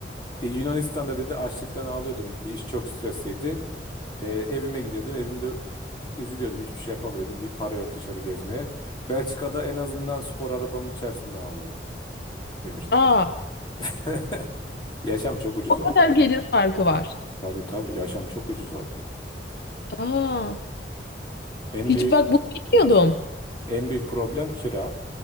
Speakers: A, on the left; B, on the left.
A: "E, Yunanistan'da dedi açlıktan ağlıyordum dedi. İş çok stresliydi. Ee, evime gidiyordum. Evimde üzülüyordum. Hiçbir şey yapamıyordum. Y- Para yok dışarı gezmeye. Belçika'da en azından spor arabamın içerisinde ağlıyorum demişti.
B: Aa,
A: <laughs> Yaşam çok ucuz
B: o
A: orada.
B: kadar gelir farkı var.
A: Tabii tabii yaşam çok ucuz orada.
B: Aa,
A: En
B: hiç
A: büyük
B: bak bunu bilmiyordum.
A: en büyük problem kira.